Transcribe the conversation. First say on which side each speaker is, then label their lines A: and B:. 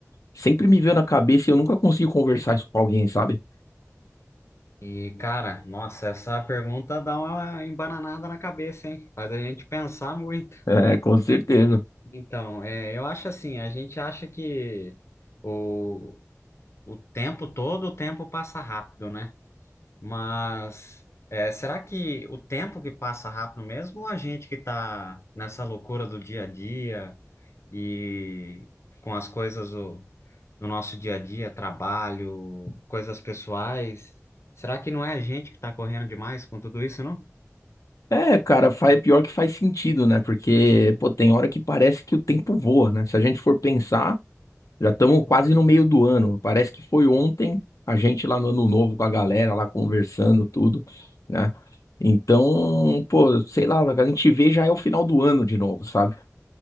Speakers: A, on the left; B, on the left.
A: sempre me veio na cabeça e eu nunca consegui conversar isso com alguém, sabe?
B: E, cara, nossa, essa pergunta dá uma embananada na cabeça, hein? Faz a gente pensar muito.
A: É, com certeza.
B: Então, é, eu acho assim, a gente acha que o, o tempo todo, o tempo passa rápido, né? Mas é, será que o tempo que passa rápido mesmo, ou a gente que tá nessa loucura do dia a dia? e com as coisas do, do nosso dia a dia, trabalho, coisas pessoais. Será que não é a gente que está correndo demais com tudo isso, não?
A: É, cara, faz, pior que faz sentido, né? Porque, pô, tem hora que parece que o tempo voa, né? Se a gente for pensar, já estamos quase no meio do ano. Parece que foi ontem a gente lá no Ano Novo com a galera lá conversando, tudo, né? Então, pô, sei lá, a gente vê já é o final do ano de novo, sabe?